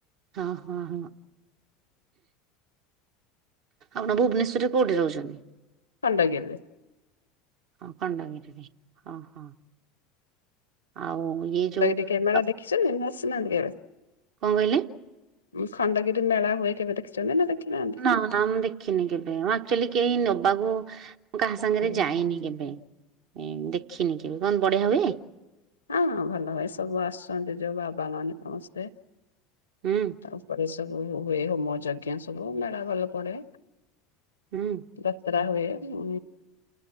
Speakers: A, on the right; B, on the left.
A: ହଁ ହଁ ହଁ। ଆପଣ ଭୁବନେଶ୍ୱରରେ କୋଉଠି ରହୁଛନ୍ତି?
B: ଖଣ୍ଡଗିରି ରେ।
A: ଅଁ କଣ୍ଡଗିରି ରେ ଅଁ ହଁ। ଆଉ ଇଏ ଯୋଉ
B: ତ ଏଟି କ୍ୟାମେରା
A: ଆଉ
B: ଦେଖିଛନ୍ତି ନା ଆସିନାହାନ୍ତି କେବେ?
A: କଣ କହିଲେ?
B: ଉଁ ଖଣ୍ଡଗିରି ମେଳା ହୁଏ କେବେ ଚନ୍ତି ନା ଦେଖିନାହାନ୍ତି।
A: ନା ନା ମୁଁ ଦେଖିନି କେବେ ମୁ ଆକ୍ଚୁଲି କେହି ନବାକୁ ମୁଁ କାହା ସାଙ୍ଗରେ
B: ଓହୋ।
A: ଯାଇନି କେବେ ଦେଖିନି କେବେ କଣ ବଢିଆ ହୁଏ?
B: ଅଁ ଭଲ ହୁଏ ସବୁ ଆସୁଛନ୍ତି ଯୋଉ ବାବା ମାନେ ସମସ୍ତେ।
A: ହୁଁ।
B: ତା ଉପରେ ସବୁ ହୁଏ ହୋମ ଯଜ୍ଞ ସବୁ ମେଳା ଭଲ ପଡେ।
A: ହୁଁ।
B: ଯାତ୍ରା ହୁଏ ମୁ